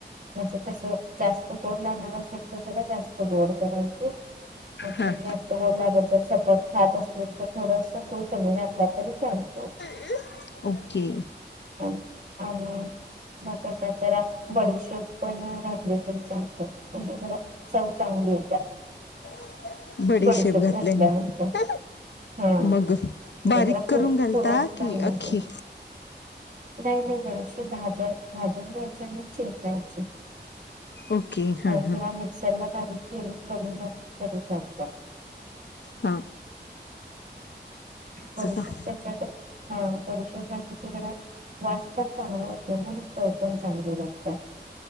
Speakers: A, on the right (about 45°); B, on the left (about 80°).
A: म्हणजे कसं जास्त गोड लागणार असेल तर जरा जास्त गोड करायची, नसेल
B: हां
A: जास्त गोड लागत जर सपक खात असतील तर थोडस गुळ कमी घातला तरी चालतोय.
B: <inaudible> ओके.
A: ह आणि बाकी हेच्यात जरा बडीशोप पण घातली तरी चालतय म्हणजे जरा चव चांग ली येत्या.
B: <inaudible> बडीशेप
A: बडीशोप
B: घातल्याने
A: घातल्यानंतर हा
B: मग अं
A: म्हणजे
B: बारीक
A: जरा
B: करून
A: पुर
B: घालता
A: पुरण
B: की
A: चांगलं येतंय.
B: अख्खी
A: नाही नाही जरासं भाजाय भाजून घ्यायच आणि चेचायची <unintelligible>
B: ओके हां
A: किंवा
B: हां
A: मिक्सरला बारीक केली करून घातल तरी चालतं.
B: हा.
A: बडीशोप
B: का
A: तेच्यात अं हं बडीशोप घातली की जरा वास पण चांगला येतोय नी चव पण चांगली लागत्या.